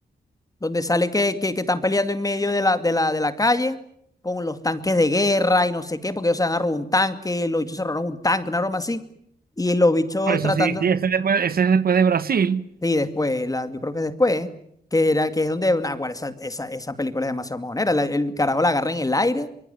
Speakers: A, on the left (about 20°); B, on the right (about 65°).
A: donde sale que, que, que están peleando en medio de la, de la, de la calle con los tanques de guerra y no sé qué, porque ellos se han a robar un tanque, los bichos se robaron un tanque, una broma así, y los bichos
B: Por eso
A: tratando,
B: sí, sí, ese, después, ese es después de Brasil.
A: y después, la, yo creo que es después, ¿eh? que, era, que es donde, nah, guarda, esa, esa, esa película es demasiado mojonera, la- el carajo la agarra en el aire,